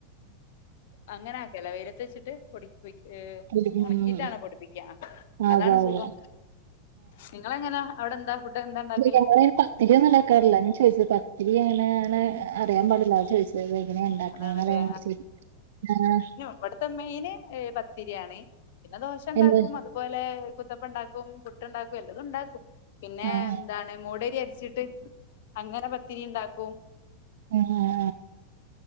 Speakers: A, on the left; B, on the right.
A: അങ്ങനെ ആക്കലാ വെയിലത്ത് വെച്ചിട്ട് പൊടി <unintelligible> ഏ
B: പൊടി-
A: ഒണക്കിയിട്ടാണോ
B: ഉം
A: പൊടിപ്പിക്കാ
B: ആ
A: അതാണോ
B: ഉവ്വ
A: സുഖം.
B: ഉവ്വ
A: നിങ്ങള് എങ്ങനെ അവിടെ എന്താ ഫുഡ് എന്താ ഉണ്ടാക്കല്
B: ഞങ്ങളെ പത്തിരിയൊന്നും ഉണ്ടാക്കാറില്ല ഞാൻ ചോദിച്ചത് പത്തിരി അങ്ങനെയാണ് അറിയാൻ പാടില്ല അതാ ചോദിച്ചത്. എങ്ങനേ ഉണ്ടാക്കണന്ന്റിയൻ
A: അതാണല്ലേ
B: വേണ്ടി ചോദിച്ച ഏഹ്
A: ഇവട്ത്തെ മെയിന് പത്തിരിയാണ് പിന്നെ ദോശ ഇണ്ടാക്കും
B: എന്ത്
A: അത് അതുപോലെ കുത്തപ്പം ഇണ്ടാക്കും പുട്ട്‌ണ്ടാക്കും എല്ലതും ഇണ്ടാക്കും. പിന്നെ
B: ആ ആ
A: എന്താണ് മൂടരി അർച്ചിട്ട് അങ്ങനെ പത്തിരി ഇണ്ടാക്കും.
B: ആഹ്